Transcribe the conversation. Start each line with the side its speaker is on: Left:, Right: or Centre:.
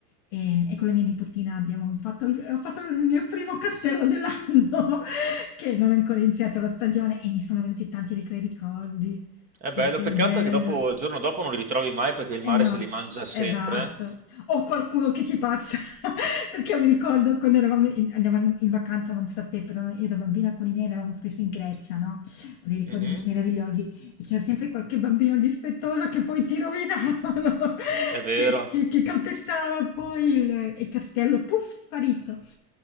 Left: ehm, e con la mia nipotina abbiamo fatto il ho fatto il mio primo castello dell'anno, <laughs> che non è ancora iniziata la stagione e mi sono venuti tanti di quei ricordi.
Right: È
Left: Proprio
Right: bello, peccato
Left: bello.
Right: è che dopo, il giorno dopo non li ritrovi mai perché il mare
Left: Eh no,
Right: se li mangia sempre.
Left: esatto. O qualcuno che ci passa, <laughs> perché io mi ricordo quando eravamo in, andavamo in vacanza, non so a te, però io da bambina con i miei andavamo spesso in Grecia, no? Ho dei ricordi
Right: Mhm,
Left: me- meravigliosi e c'era sempre qualche bambino dispettoso che poi ti rovinavano, <laughs>
Right: È vero.
Left: che, che- che calpestava poi il, il castello, puff, sparito.